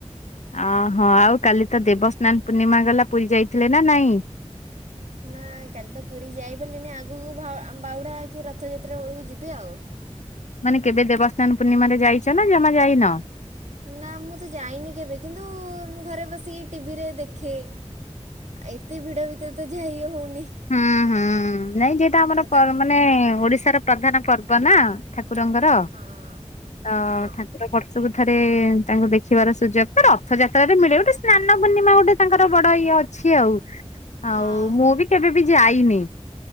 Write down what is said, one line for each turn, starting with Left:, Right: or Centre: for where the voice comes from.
Left: ଅହୋ ଆଉ କାଲି ତ ଦେବସ୍ନାନ ପୂର୍ଣ୍ଣିମା ଗଲା ପୁରୀ ଯାଇଥିଲେ ନା ନାଇଁ?
Right: ନା କାଲି ତ ପୁରୀ ଯାଇପାରିଲିନି ଆଗକୁ ବାହୁଡା କି ରଥଯାତ୍ରା ବେଳକୁ ଯିବେ ଆଉ।
Left: ମାନେ କେବେ ଦେବସ୍ନାନ ପୂର୍ଣ୍ଣିମାରେ ଯାଇଛ ନା ଜମା ଯାଇନ?
Right: ନା ମୁଁ ତ ଯାଇନି, କେବେ କିନ୍ତୁ ମୁଁ ଘରେ ବସି ଟିଭିରେ ଦେଖେ ଆ ଏତେ ଭିଡ ଭିତରେ ତ ଯାଇ ହଉନ
Left: ହୁଁ ହୁଁ ନାଇଁ ଯଟା ଆମର
Right: ଆଉ ତାଙ୍କ
Left: ମାନେ ଓଡିଶାର ପ୍ରଧାନ ପର୍ବ ନା ଠାକୁରଙ୍କର
Right: ହଁ।
Left: ତ
Right: ହଁ
Left: ଠାକୁର ବର୍ଷକୁ ରଥରେ ତାଙ୍କୁ ଦେଖିବାର ସୁଯୋଗ ତ ରଥଯାତ୍ରାରେ ମିଳେ ଗୋଟେ ସ୍ନାନ ପୂର୍ଣ୍ଣିମା ଗୋଟେ ତାଙ୍କର ବଡ ଇଏ ଅଛି ଅଛି ଆଉ
Right: ହଁ
Left: ଆଉ ମୁଁ ବି କେବେ ବି ଯାଇନି